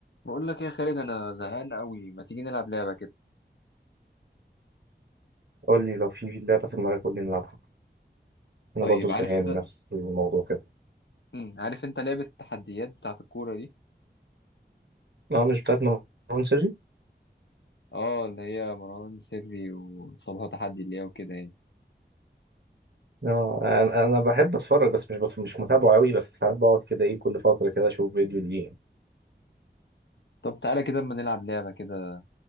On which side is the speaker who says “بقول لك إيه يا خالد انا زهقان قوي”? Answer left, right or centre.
Left